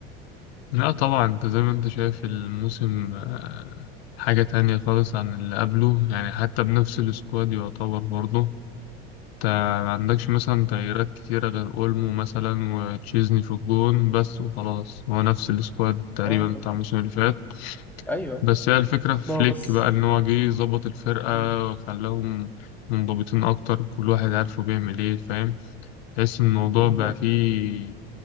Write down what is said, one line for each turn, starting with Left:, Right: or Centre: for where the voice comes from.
Left: لا طبعا انت زي ما انت شايف الموسم آه، حاجة تانية خالص عن اللي قبله يعني حتى بنفس السكواد يعتبر برضه انت ما عندكش
Centre: مم.
Left: مثلا تغييرات كتيرة غير اولمو مثلا وتشيزني في الجون بس وخلاص هو نفس السكواد تقريبا
Centre: اه اه
Left: بتاع الموسم اللي فات
Centre: ايوه
Left: بس هي الفكرة في
Centre: ما
Left: فليك
Centre: هو بس
Left: بقى ان هو جه ظبط الفرقة
Centre: مم.
Left: وخلاهم منضبطين اكتر كل واحد عارفه بيعمل ايه فاهم تحس ان الموضوع
Centre: لا.
Left: بقى فيه